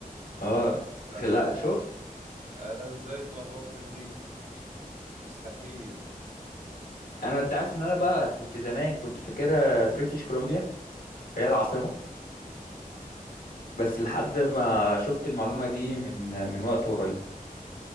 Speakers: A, on the left (about 75°); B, on the right (about 55°).
A: اه
B: انا ازاي
A: لا شفت
B: انا ازاي اتلخبطت في دي مستحيل
A: انا انت عارف ان انا بقى كنت زمان كنت فاكرها بريتش كولومبيا هي العاصمه بس لحد ما شفت المعلومه دي من من وقت قريب